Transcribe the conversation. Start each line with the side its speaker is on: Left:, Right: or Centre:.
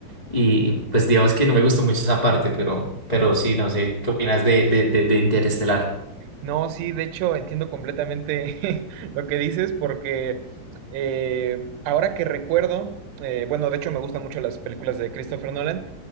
Left: Y, y, pues digamos que no me gustó mucho esa parte, pero, pero sí, no sé, ¿qué opinas de, de, de, de Interestelar?
Right: No, sí, de hecho entiendo completamente <laughs> lo que dices porque eh, ahora que recuerdo, eh, bueno, de hecho me gustan mucho las películas de Christopher Nolan